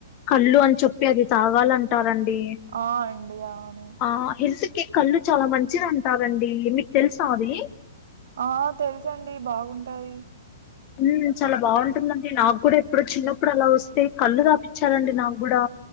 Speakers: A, on the left; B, on the right.
A: కళ్ళు అని చెప్పి అది తాగాలంటారండి
B: ఆ! అండి. అవును.
A: ఆ హెల్త్ కె కళ్ళు చాలా మంచిది అంటారండి మీకు తెలుసా అది
B: ఆ తెలుసు అండి బాగుంటాది
A: ఉం చాలా బాగుంటుందండి నాకు కూడా ఎప్పుడో చిన్నప్పుడు అలా వస్తే కళ్ళు తాపూచ్చాలండి నాకు కూడా